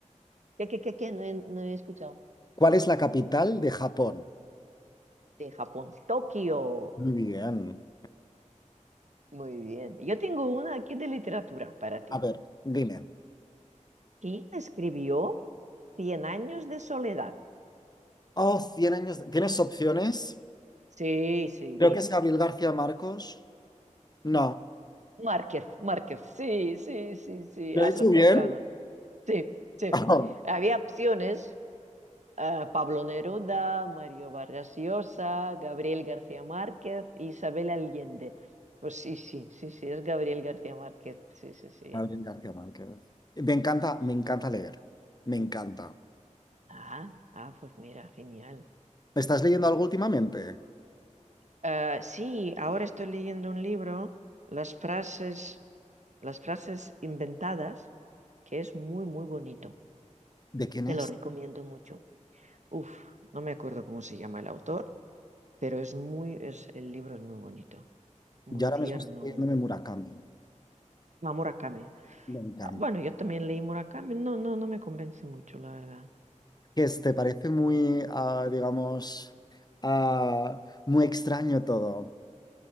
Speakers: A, on the right; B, on the left.
A: ¿qué, qué, qué, qué? No he, no he escuchado.
B: ¿Cuál es la capital de Japón?
A: De Japón, Tokio.
B: Muy bien.
A: Muy bien. Yo tengo una aquí de literatura para ti.
B: A ver, dime.
A: ¿Quién escribió Cien años de soledad?
B: Oh, 100 años. ¿Tienes opciones?
A: Sí, sí,
B: Creo
A: mira.
B: que es Gabriel García Marcos. No.
A: es Márquez, Márquez. Sí, sí, sí, sí.
B: ¿Lo
A: Has
B: he hecho
A: acertado.
B: bien?
A: Sí, sí.
B: <laughs>
A: Había opciones. Ah, Pablo Neruda, Mario Vargas Llosa, Gabriel García Márquez, Isabel Allende. Pues sí, sí, sí, sí, es Gabriel García Márquez. Sí, sí, sí.
B: Gabriel García Márquez. Me encanta, me encanta leer. Me encanta.
A: Ah, ah, pues mira, genial.
B: ¿Estás leyendo algo últimamente?
A: Ah, sí, ahora estoy leyendo un libro, Las frases, las frases inventadas, que es muy, muy bonito.
B: ¿De quién
A: Te
B: es?
A: lo recomiendo mucho. Uf, no me acuerdo cómo se llama el autor, pero es muy, es, el libro es muy bonito, muy
B: Yo ahora
A: tierno.
B: mismo estoy leyéndome Murakami.
A: Ah, Murakami.
B: Me encanta.
A: Ah, Bueno, yo también leí Murakami. No, no, no me convence mucho, la verdad.
B: Que es- te parece muy, ah, digamos, ah, muy extraño todo.